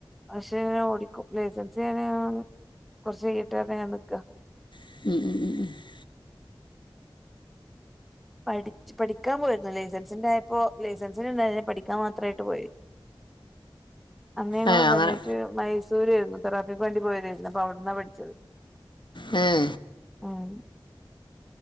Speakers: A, in the centre; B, on the left (about 60°).
A: പക്ഷെ ഓടിക്കും ലൈസൻസ് ഞാൻ കുറച്ച് കയ്യിട്ടെ എന്ന് പറഞ്ഞു നിക്കുവ
B: <unintelligible>
A: പഠിച്ചു പഠിക്കാൻ പോയിരുന്നു ലൈസൻസിന്റൊയപ്പോ ലൈസൻസിനുന്ടാ പഠിക്കാൻ മാത്രമായിട്ട് പോയി അന്നു ഞങ്ങള്
B: ഏ അങ്ങനെ
A: വന്നിട്ട് മൈസ് ദൂരേയായിരുന്നു തെറാപ്പിക്ക് വേണ്ടി പോയതായിരുന്നു അപ്പോ അവിടന്നാ പഠിച്ചത്
B: ഉം
A: ഉം